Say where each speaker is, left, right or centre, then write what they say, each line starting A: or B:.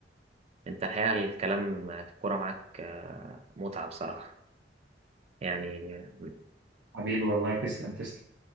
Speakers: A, on the right (about 35°); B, on the right (about 75°).
A: أنت الحقيقة الكلام في الكورة معاك آه متعة بصراحة يعني
B: حبيبي والله تسلم تسلم